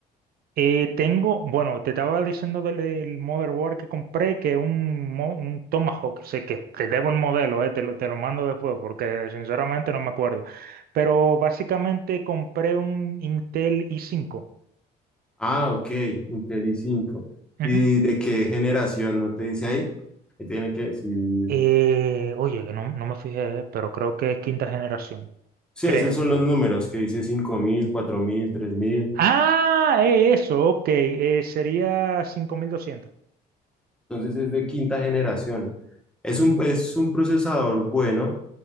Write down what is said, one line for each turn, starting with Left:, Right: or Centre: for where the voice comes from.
Right: Eh, tengo, bueno, te estaba diciendo del, del motherboard que compré, que es un, mo- un Tomahawk, sé que te debo el modelo, eh, te lo, te lo mando después porque sinceramente no me acuerdo. Pero básicamente compré un Intel i cinco.
Centre: Ah, ok, Intel i5.
Right: Ujú.
Centre: ¿Y de qué generación? ¿No te dice ahí? Que tiene que decir.
Right: Eh, oye, que no, no me fijé, eh, pero creo que es quinta generación,
Centre: Sí,
Right: creo.
Centre: esos son los números que dice cinco mil, cuatro mil, tres mil.
Right: Ah, es eso, ok, eh, sería cinco mil doscientos.
Centre: Entonces es de quinta generación. Es un, es un procesador bueno,